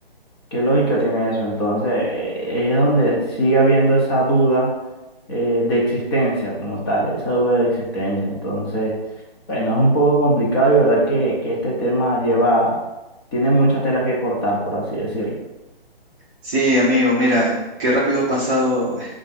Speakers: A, on the left (about 25°); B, on the right (about 15°).
A: ¿Qué lógica tiene eso? Entonces, eh, es donde sigue habiendo esa duda eh, de existencia como tal, esa duda de existencia. Entonces, bueno, es un poco complicado y verdad que, que este tema lleva, tiene mucha tela que cortar, por así decirlo.
B: Sí, amigo, mira, qué rápido ha pasado